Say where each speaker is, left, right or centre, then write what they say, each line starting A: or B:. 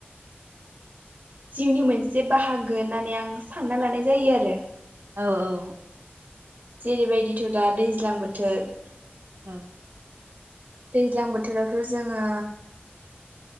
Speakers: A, on the right; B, on the right.
A: जिउनि मोनसे बाहागो होननानै आं सानना लानाय जायो आरो
B: औ औ
A: जेरैबायदिथ' दा दैज्लां बोथोर
B: औ
A: दैज्लां बोथोरावथ' जोङो